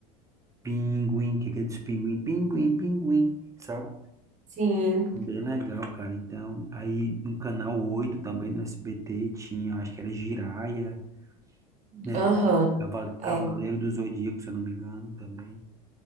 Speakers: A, on the right; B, on the right.
A: Pinguim, que é aquele dos pinguim, pinguim, pinguim, sabe?
B: Sim,
A: Bem legal, cara. Então, aí no canal 8 também no SBT tinha, acho que era Jiraya, né?
B: aham,
A: Cava- Cavaleiro
B: é,
A: do Zodíaco, se eu não me engano, também.